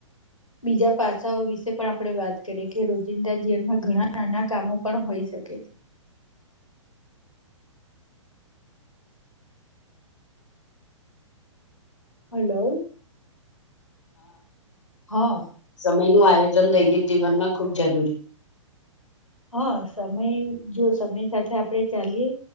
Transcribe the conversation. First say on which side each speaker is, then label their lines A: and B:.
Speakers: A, on the left; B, on the left.
A: બીજા પાસાઓ વિશે પણ આપડે વાત કરીએ કે રોજિંદા જીવનમાં ઘણા નાના કામો પણ હોઈ શકે. છે હલો, હ.
B: સમયનું આયોજન દૈનિક જીવનમાં ખૂબ જરૂરી.
A: હ સમય, જો સમય સાથે આપડે ચાલીએ.